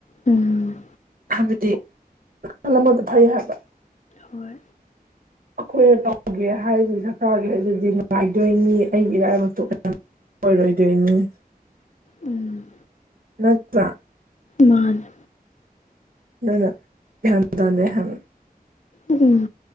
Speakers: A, on the left; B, on the right.
A: ꯎꯝ
B: ꯍꯥꯏꯕꯗꯤ ꯅꯥꯀꯜ ꯑꯃꯗ ꯊꯩ ꯍꯥꯏꯕ
A: ꯍꯣꯏ
B: ꯑꯩꯈꯣꯏꯅ ꯇꯧꯒꯦ ꯍꯥꯏꯁꯤ ꯁꯔꯀꯥꯔꯒꯤ ꯍꯥꯏꯗꯨꯗꯤ ꯅꯨꯉꯥꯏꯗꯣꯏꯅꯤ ꯑꯩꯒꯤ ꯏꯔꯥꯏꯕꯛ <unintelligible> ꯑꯣꯏꯔꯣꯏꯗꯣꯏꯅꯤ
A: ꯎꯝ
B: ꯅꯠꯇ꯭ꯔꯥ
A: ꯃꯥꯅꯦ
B: ꯑꯗꯨꯅ ꯒ꯭ꯌꯥꯟ ꯇꯥꯗꯦ ꯍꯥꯏꯕ
A: ꯎꯝ